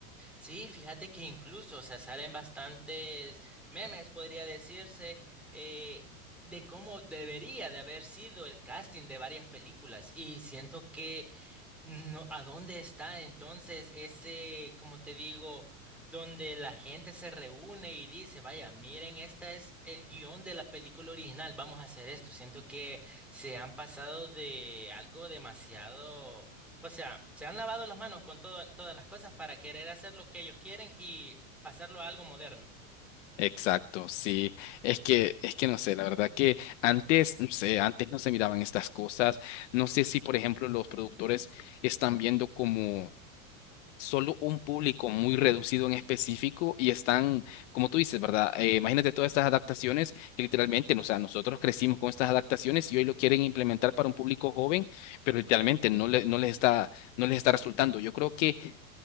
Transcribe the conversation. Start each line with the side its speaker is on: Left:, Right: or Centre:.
Centre: Sí, fíjate que incluso, o sea, salen bastantes memes, podría decirse, eh, de cómo debería de haber sido el casting de varias películas. Y siento que no, ¿a dónde está entonces ese, como te digo, donde la gente se reúne y dice, vaya, miren, esta es el guión de la película original, vamos a hacer esto. Siento que se han pasado de algo demasiado, o sea, se han lavado las manos con todo- todas las cosas para querer hacer lo que ellos quieren y pasarlo a algo moderno.
Left: Exacto, sí. Es que, es que no sé, la verdad que antes, no sé, antes no se miraban estas cosas. No sé si, por ejemplo, los productores están viendo como solo un público muy reducido en específico y están, como tú dices, ¿verdad? Eh, imagínate todas estas adaptaciones que literalmente, no, o sea, nosotros crecimos con estas adaptaciones y hoy lo quieren implementar para un público joven, pero literalmente no le, no les está, no les está resultando. Yo creo que